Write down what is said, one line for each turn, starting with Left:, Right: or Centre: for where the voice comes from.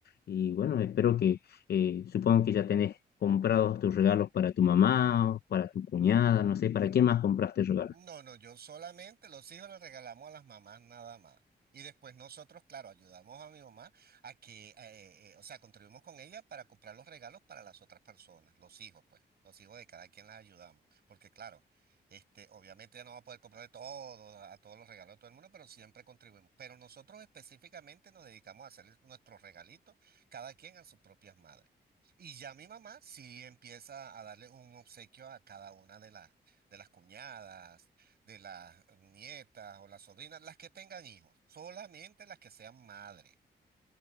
Left: Y bueno, espero que, eh, supongo que ya tenés comprados tus regalos para tu mamá, o para tu cuñada, no sé, ¿para quién más compraste regalos?
Right: No, no, yo solamente los hijos les regalamos a las mamás nada más. Y después nosotros, claro, ayudamos a mi mamá a que, eh, eh, eh, o sea, contribuimos con ella para comprar los regalos para las otras personas, los hijos, pues, los hijos de cada quien las ayudamos. Porque claro, este, obviamente ya no va a poder comprarle todo, a todos los regalos a todo el mundo, pero siempre contribuimos. Pero nosotros específicamente nos dedicamos a hacer nuestros regalitos, cada quien a sus propias madres. Y ya mi mamá sí empieza a darle un obsequio a cada una de las de las cuñadas, de las nietas o las sobrinas, las que tengan hijos, solamente las que sean madres.